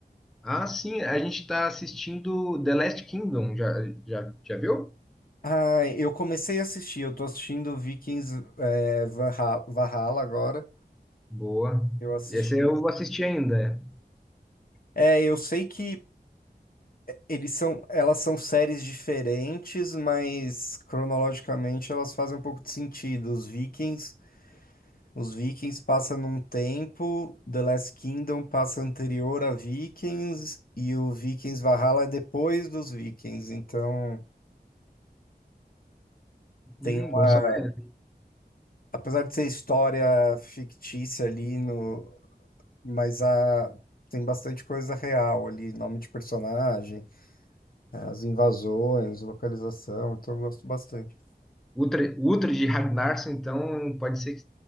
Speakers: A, in the centre; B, on the left.
A: Ah, sim, a gente tá assistindo The Last Kingdom, já, já, já viu?
B: Ah, eu comecei a assistir, eu tô assistindo Vikings é, Valha- Valhalla agora.
A: Boa.
B: Eu assisti.
A: Esse eu
B: o-
A: vou assistir ainda.
B: É, eu sei que eles são, elas são séries diferentes, mas cronologicamente elas fazem um pouco de sentido. Os Vikings, os Vikings passa num tempo, The Last Kingdom passa anterior a Vikings e o Vikings Valhalla é depois dos Vikings. Então tem
A: Hum,
B: uma,
A: bom saber.
B: apesar de ser história fictícia ali no mas a, tem bastante coisa real ali, nome de personagem, as invasões, localização, então eu gosto bastante.
A: Ultra, Ultra de Ragnarsson, então pode ser que